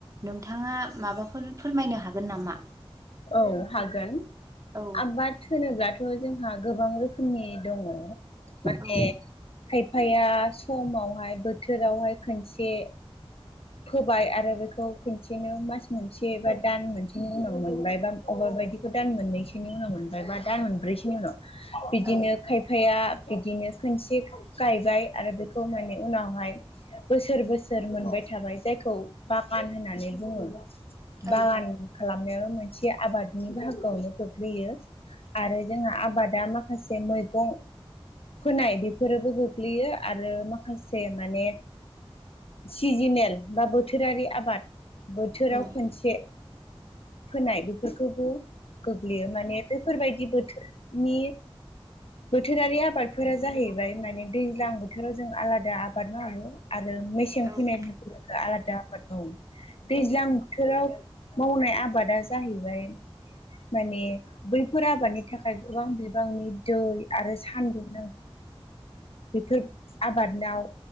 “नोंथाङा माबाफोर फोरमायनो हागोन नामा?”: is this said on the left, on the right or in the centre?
Right